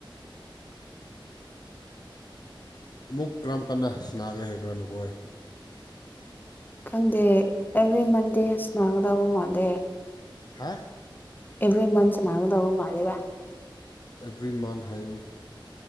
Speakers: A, on the left; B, on the left.
A: ꯑꯃꯨꯛ ꯀꯔꯝ ꯀꯟꯅ ꯁꯅꯥꯒꯦ ꯍꯥꯏꯕ꯭ꯔꯥꯅꯨ ꯀꯣꯏ
B: ꯈꯪꯗꯦ ꯑꯦꯕ꯭ꯔꯤ ꯃꯟꯗꯦꯁꯅꯥꯒꯗꯕ ꯃꯥꯟꯗꯦ
A: ꯍꯥ
B: ꯑꯦꯕ꯭ꯔꯤ ꯃꯟꯁꯅꯅꯥꯒꯗꯕ ꯃꯥꯦꯕ
A: ꯑꯦꯕ꯭ꯔꯤ ꯃꯟꯊ ꯍꯥꯏ